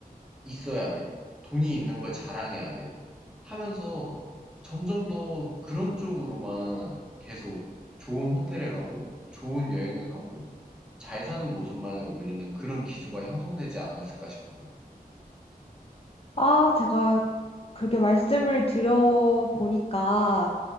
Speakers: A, in the centre; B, on the left.
A: 있어야 돼. 돈이 있는 걸 자랑해야 돼. 하면서 점점 더 그런 쪽으로만 계속 좋은 호텔에 가고 좋은 여행을 가고 잘 사는 모습만을 올리는 그런 기조가 형성되지 않았을까 싶어요.
B: 아, 제가 그렇게 말씀을 드려보니까